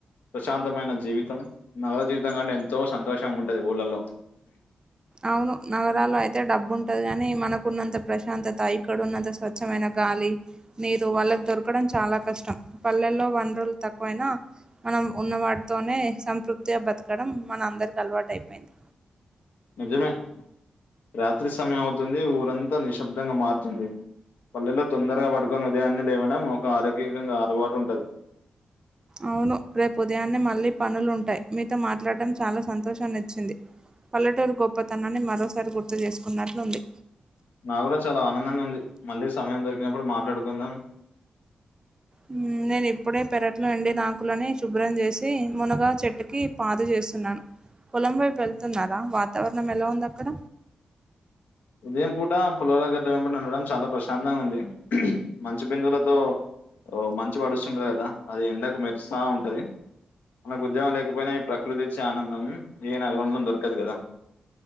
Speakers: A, on the left; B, on the right.
A: ప్రశాంతమైన జీవితం నావత్ జీవితం కంటే ఎంతో సంతోషంగా ఉంటది ఊళ్ళలో
B: అవును నగరాల్లో అయితే డబ్బు ఉంటది కాని మనకున్నంత ప్రశాంతతా ఇక్కడ ఉన్నంత స్వచ్ఛమైన గాలి నీరు వాళ్ళకు దొరకడం చాలా కష్టం పల్లెల్లో వనరులు తక్కువైనా మనం ఉన్నవాటితోనే సంతృప్తిగా బతకడం మన అందరికి అలవాటు అయిపోయింది.
A: నిజమే రాత్రి సమయం అవుతుంది. ఊరంతా నిశ్శబ్దంగా మారుతుంది. పల్లెలో తొందరగా పడుకొని ఉదయాన్నే లేవడం, ఒక ఆరోగ్యంగా అలవాటు ఉంటది.
B: అవును, రేపు ఉదయాన్నే మళ్ళీ పనులుంటాయ్. మీతో మాట్లాడటడం చాలా సంతోషాన్నిచ్చింది. పల్లటూరు గొప్పతనాన్ని మరోసారి గుర్తు చేసుకున్నట్లుంది.
A: నా గూడా చాలా ఆనందంగా ఉంది. మళ్ళీ సమయం దొరికినప్పుడు మాట్లాడుకుందాం.
B: హుహ్ నేను ఇప్పుడే పెరట్లో ఎండేది ఆకులని శుభ్రం జేచి మునగా చెట్టుకి పాదు జే కూసున్నం. పొలం వైపు వెళ్తున్నారా వాతావరణం ఎలా ఉంది అక్కడ
A: ఉదయం పూట పులాల గడ్ల ఎబ్బటి నడవడం చాలా ప్రశాంతంగా ఉంది. మంచి బిందువులతో ఓ మంచి వడుస్తుంటది గదా అది ఎండకు మెరుస్తా ఉంటది. మనకు ఉద్యోగం లేకపోయినా ఈ ప్రకృతి ఇచ్చే ఆనందం, ఏ నగరంలో దొరకదు గదా